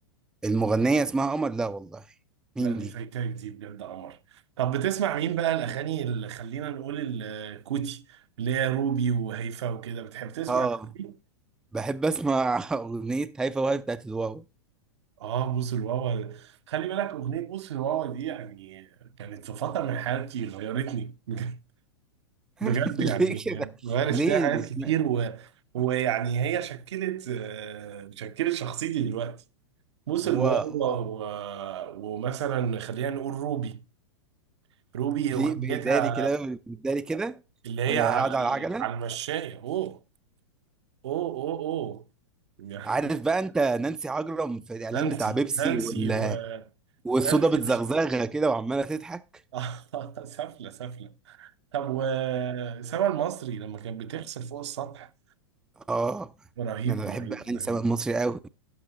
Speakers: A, in the centre; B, on the right.
A: المغنيه اسمها قمر لا والله مين
B: لا دي
A: دي
B: فايتاك دي بجد قمر طب بتسمع مين بقى الاغاني اللي خلينا نقول الكوتي اللي هي روبي وهيفا وكده بتحب تسمع
A: اه
B: الحاجات دي؟
A: بحب اسمع <laughs> اغنيه هيفا وهاي بتاعت الواو
B: اه بوس الواوا خلي بالك اغنيه بوس الواوا دي يعني كانت في فتره من حياتي غيرتني <laughs>
A: <laughs>
B: بجد يعني
A: ليه كده
B: غيرت
A: ليه
B: فيها حاجات
A: اسمها
B: كتير و... ويعني هي شكلت آه، شكلت شخصيتي دلوقتي بوس
A: واو
B: الواوا و... ومثلا خلينا نقول روبي روبي
A: ليه
B: اغنيتها
A: بيداري كده بيداري كده
B: اللي
A: وهي
B: هي على
A: قاعده
B: ال-
A: على العجله
B: على المشاية اوه اوه اوه اوه يعني
A: عارف بقى انت نانسي عجرم في الاعلان
B: نانسي
A: بتاع بيبسي
B: نانسي
A: وال...
B: و
A: والصودا
B: نانسي
A: بتزغزغها
B: وش...
A: كده وعماله تضحك
B: <laughs> آه، سفلة سفلة طب وسما المصري لما كانت بتغسل فوق السطح
A: اه
B: رهيب
A: انا بحب
B: رهيب
A: اغاني
B: رهيب
A: سامر مصري قوي